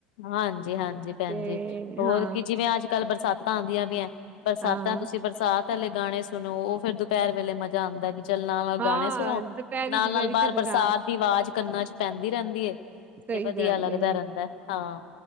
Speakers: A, on the left; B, on the right.
A: ਹਾਂਜੀ-ਹਾਂਜੀ ਭੈਣ
B: ਤੇ
A: ਜੀ, ਹੋਰ
B: ਹਾਂ
A: ਕੀ ਜਿਵੇਂ ਅੱਜ ਕੱਲ੍ਹ ਬਰਸਾਤਾਂ ਤਾਂ ਆਉਂਦੀਆਂ ਪਈਆ ਬਰਸਾਤਾਂ
B: ਹਾਂ
A: ਤੁਸੀਂ ਬਰਸਾਤ ਵਾਲੇ ਗਾਣੇ ਸੁਣੋ, ਉਹ ਫਿਰ ਦੁਪਹਿਰ ਵੇਲੇ ਮਜ਼ਾ ਆਉਂਦਾ ਵੀ ਚੱਲ ਨਾਲ -ਨਾਲ
B: ਹਾਂ
A: ਗਾਣੇ ਸੁਣੋ।
B: ਦੁਪਹਿਰੀ
A: ਨਾਲ-ਨਾਲ
B: ਦੁਪਹਿਰੀ
A: ਬਾਹਰ
B: ਤੇ
A: ਬਰਸਾਤ
B: ਹਾਂ
A: ਦੀ ਆਵਾਜ਼ ਕੰਨਾਂ ਚ ਪੈਂਦੀ ਰਹਿੰਦੀ ਐ।
B: ਸਹੀ
A: ਤੇ ਵਧੀਆ
B: ਗੱਲ
A: ਲੱਗਦਾ
B: ਏ
A: ਰਹਿੰਦਾ, ਹਾਂ।